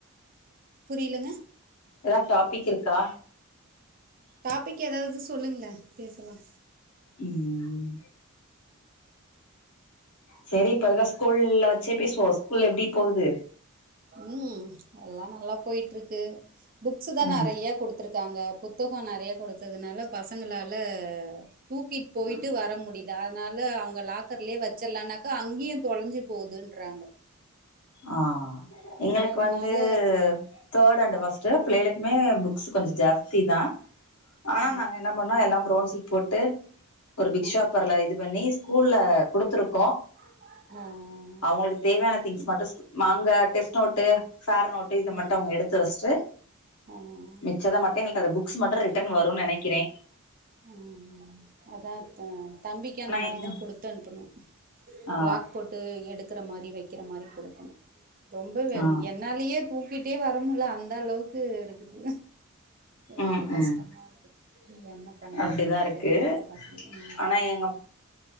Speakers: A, on the right; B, on the left.
A: புரிய்லங்க
B: எதா டாப்பிக் இருக்கா
A: டாப்பிக் ஏதாவ்து சொல்லுங்ள பேசலா
B: ம் ம் செரி இப்பருக்க ஸ்கூல்ல வெச்சே பேஸ்வோ ஸ்கூல் எப்டி போவுது
A: ம் எல்லா நல்லா போயிட்ருக்கு புக்சுதா
B: ம்
A: நறைய குடுத் துருக்காங்க புத்தகொ நறைய குடுத்ததுனால பசங்களால தூக்கிட் போய்ட்டு வர முடில அதனால அவ்ங்க லாக் கர்லே வெச்சர்லான்னாக்கா அங்கியு தொல்ஞ்சு போதுன்றாங்க
B: ஆ எங்களுக்கு
A: அதனால
B: வந்து தேட் அண்டு ஃபஸ்ட்டு பிள்ளையளுக்குமே புக்ஸு கொஞ்சொ ஜாஸ்தி தா ஆனா
A: ஆ
B: நாங்க என்ன பண்ணோ எல்லா ப்ரோன் ஷீட் போட்டு ஒரு பிக்
A: ஆ
B: ஷாப்பர்ல இது பண்ணி ஸ்கூல்ல குடுத்துருக்கோ
A: ம் ம் ம்
B: அவங்களுக்கு தேவையான திங்க்ஸ் மட்டு மாங்க டெஸ்ட் நோட்டு ஃபேர் நோட் டு இத
A: ம்
B: மட்டு அவ்ங்க எடுத்து வஷ்ட்டு
A: ஆ
B: மிச்சத மட்டு எங்களுக் அத புக் க்ஸ் மட்டு ரிட்டன் வருன் நெனக்கிறே
A: ம் அதா த தம்பிக்கு அந்த மாரிதா
B: எங்
A: குடுத்து அனுப்பணு
B: ஆ
A: லாக் போட் டு எடுக்குற மாரி வெக்கிற மாரி குடுக்கணு ரொம்ப வெ
B: ஆ
A: என்னாலயே தூ க்கிட்டே வர முல்ல அந்த அளவுக்கு இருக்குது ரொம்ப
B: ம்
A: கஷ்டமாருக்குது
B: ம்
A: இனி என்ன பண்றதுன்னே
B: அப்டிதா இருக்கு
A: தெரிய்ல பசங் ம்
B: ஆனா எங்க